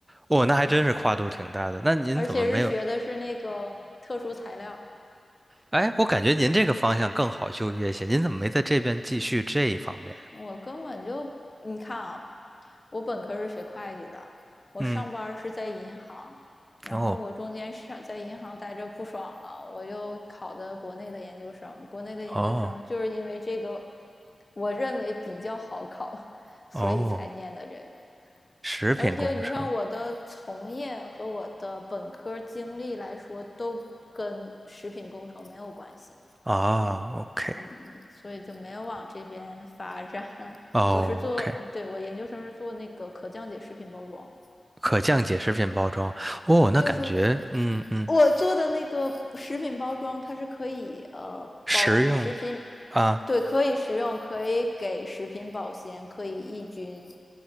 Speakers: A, on the right (about 20°); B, on the left (about 30°).
A: 哦，那还真是跨度挺大的。
B: 嗯，
A: 那您怎么没有？
B: 而且是学的是那个特殊材料，
A: 哎，我感觉您这个方向更好就业一些，您怎么没在这边继续这一方面？
B: 我根本就，你看啊，我本科是学会计的，我上班是在银行，
A: 嗯，
B: 然后我中间上在银行待着不爽了，
A: 哦，
B: 我就考的国内的研究生。国内的研究生就是因为这个，
A: 哦，
B: 我认为比较好考，<laughs> 所以才念的这个。
A: 哦，食品工程
B: 而且你看我的从业和我的本科经历来说，都跟食品工程没有关系。
A: 啊，OK，
B: 嗯，所以就没有往这边发展。<laughs>
A: 哦，OK，
B: 我是做，对，我研究生是做那个可降解食品包装，
A: 可降解食品包装，哦，那感觉，
B: 就是
A: 嗯嗯，
B: 我做的那个食品包装，它是可以呃包给食品，
A: 实用啊，
B: 对，可以食用，可以给食品保鲜，可以抑菌，